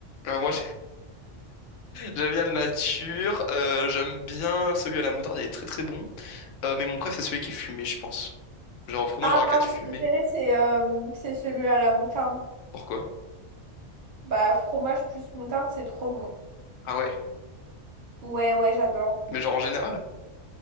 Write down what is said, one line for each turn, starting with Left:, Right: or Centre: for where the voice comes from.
Left: Euh, moi, J'aime bien le nature, euh, j'aime bien celui à la moutarde, il est très très bon. Euh, mais mon préf, c'est celui qui est fumé, je pense. Genre fromage
Right: Ah,
Left: à raclette
Right: moi, mon
Left: fumé.
Right: préféré, c'est euh, c'est celui à la moutarde.
Left: Pourquoi?
Right: Bah, fromage plus moutarde, c'est trop bon.
Left: Ah ouais?
Right: Ouais, ouais, j'adore.
Left: Mais genre en général?